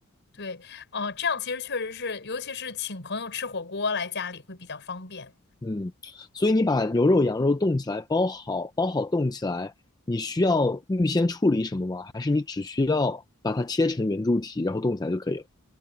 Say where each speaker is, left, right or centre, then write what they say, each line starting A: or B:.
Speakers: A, on the left (about 55°); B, on the left (about 20°).
A: 对，哦、这样其实确实是，尤其是请朋友吃火锅来家里会比较方便。
B: 嗯，所以你把牛肉、羊肉冻起来，包好，包好冻起来，你需要预先处理什么吗？还是你只需要把它切成圆柱体，然后冻起来就可以了？